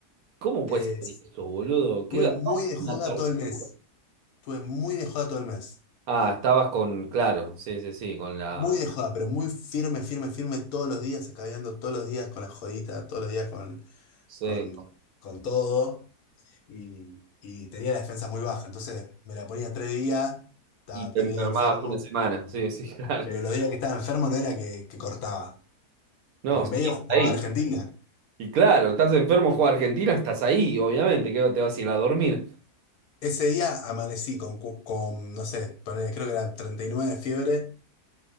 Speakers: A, on the right (about 70°); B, on the left (about 70°).
A: ¿Cómo puede
B: Eh,
A: ser
B: Estuve
A: eso, boludo? Qué garrón,
B: muy de joda
A: una tortura.
B: todo el mes. Estuve muy de joda todo el mes.
A: Ah, estabas con, claro, sí, sí, sí, con la,
B: Muy de joda, pero muy firme, firme, firme todos los días, escabeando todos los días con la jodita, todos los días con,
A: sí,
B: con,
A: con-
B: con todo. Y, y tenía la defensa muy baja. Entonces me la ponía tres días, estaba
A: y te
B: tres
A: enfermabas
B: días enfermo.
A: una semana, sí, sí, <laughs> claro.
B: Pero los días que estaba enfermo no era que, que cortaba.
A: No,
B: En el
A: sí,
B: medio jugaba
A: ahí.
B: Argentina.
A: Y claro, estás enfermo, juega Argentina, estás ahí, obviamente, que te vas a ir a dormir.
B: Ese día amanecí con, cu- con no sé, ponele, creo que eran 39 de fiebre.